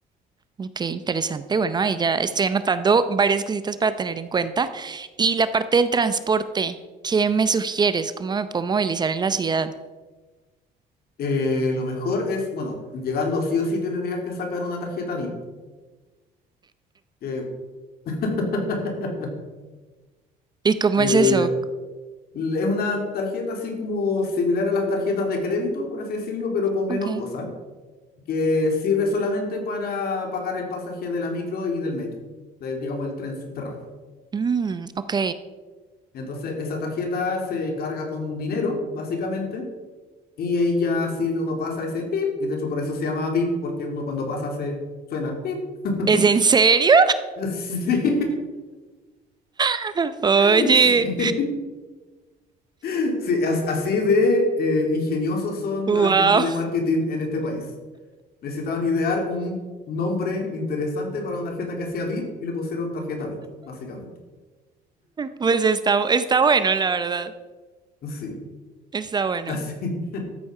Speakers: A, on the right (about 25°); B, on the left (about 65°).
A: Ok, interesante. Bueno, ahí ya estoy anotando varias cositas para tener en cuenta. Y la parte del transporte, ¿qué me sugieres? ¿Cómo me puedo movilizar en la ciudad?
B: Eh, lo mejor es, bueno, llegando sí o sí tendrías que sacar una tarjeta VIP. que <laughs>
A: ¿Y cómo
B: El,
A: es eso?
B: es una tarjeta así como similar a las tarjetas de crédito, por así decirlo, pero con menos
A: Ok.
B: cosas, que sirve solamente para pagar el pasaje de la micro y del metro, de, digamos el tren subterráneo.
A: Mm, ok.
B: Entonces, esa tarjeta se carga con dinero, básicamente, y ella sirve, uno pasa ese pip, y de hecho por eso se llama pip, porque uno cuando pasa se suena pip. <laughs>
A: ¿Es en serio?
B: Sí.
A: <laughs> Oye,
B: <laughs> Sí, sí, as- así de eh, ingeniosos son
A: wow.
B: la gente de marketing en este país. Necesitaban idear un nombre interesante para una tarjeta que hacía VIP y le pusieron tarjeta VIP, básicamente.
A: Pues está, está bueno, la verdad.
B: Sí,
A: Está bueno.
B: así,